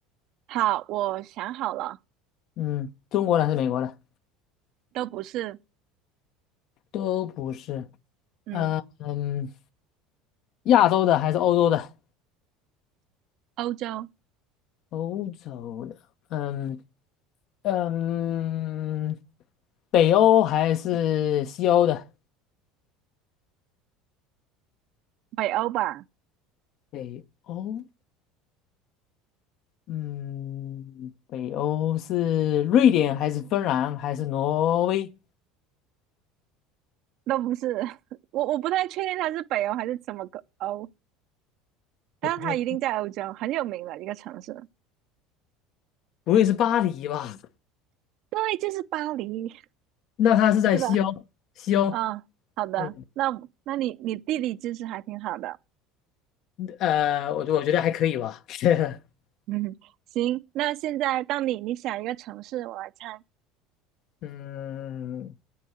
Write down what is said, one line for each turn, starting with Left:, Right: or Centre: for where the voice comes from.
Right: 好，我想好了，
Left: 嗯，中国的还是美国的？
Right: 都不是，
Left: 都不是。
Right: 嗯，
Left: 呃嗯。亚洲的还是欧洲的？
Right: 欧洲，
Left: 欧洲的，嗯嗯，北欧还是西欧的？
Right: 北欧吧，
Left: 北欧，嗯，北欧是瑞典还是芬兰还是挪威？
Right: 都不是。<laughs> 我我不太确定它是北欧还是什么个欧，但是它一定在欧洲，
Left: 我不太，
Right: 很有名的一个城市。
Left: 不会是巴黎吧？
Right: 对，就是巴黎。
Left: 那它是在西欧，
Right: 是吧？
Left: 西欧，
Right: 啊，好的，
Left: 嗯，
Right: 那我那你你地理知识还挺好的，
Left: 呃，我觉我觉得还可以吧，<laughs>
Right: 嗯，行，那现在到你，你想一个城市，我来猜。
Left: 嗯，